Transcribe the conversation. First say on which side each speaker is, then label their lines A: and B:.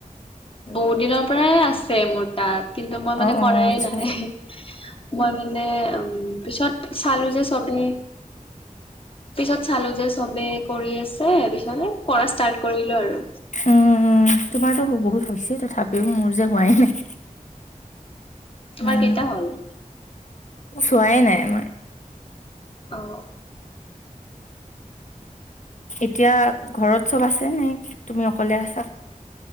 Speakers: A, on the left; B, on the left.
A: বহুত দিনৰ পৰাই আছে মোৰ তাত কিন্তু মই মানে
B: অ
A: কৰাই
B: অ আচ্ছা
A: নাই মই মানে উ পিছত চালো যে চবে পিছত চালো যে চবে কৰি আছ পিছে বিচনাতে কৰা ষ্টাৰ্ট কৰিলো আৰু
B: উম তোমাৰতো বহুত হৈছে তথাপিও মোৰ যে হোৱাই নাই
A: তোমাৰ
B: উম
A: কেইটা হ'ল
B: চোৱাই নাই মই
A: অ
B: এতিয়া ঘৰত চব আছে নে তুমি অকলে আছা